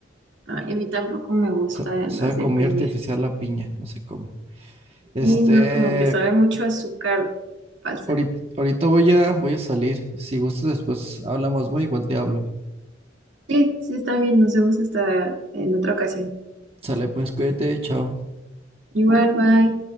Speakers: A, on the right (about 75°); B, on the right (about 30°).
A: Ay, a mí tampoco me gustan
B: Sa- Sabe
A: las de
B: como
A: piña.
B: muy artificial la piña, no sé cómo. Este,
A: Y no, como que sabe mucho a azúcar falsa.
B: Ahorita, ahorita voy a, voy a salir. Si gustas, después hablamos, va, igual te hablo.
A: Sí, sí está bien, nos vemos hasta en otra ocasión.
B: Sale, pues, cuídate, chao.
A: Igual, bye.